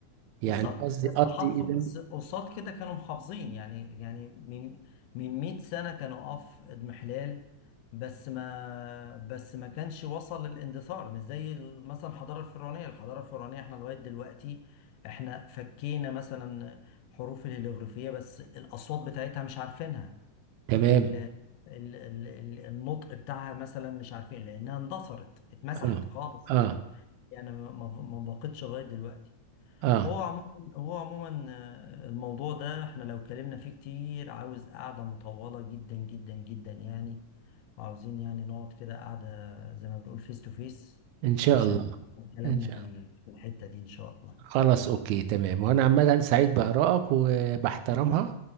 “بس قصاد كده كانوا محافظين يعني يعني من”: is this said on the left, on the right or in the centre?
Left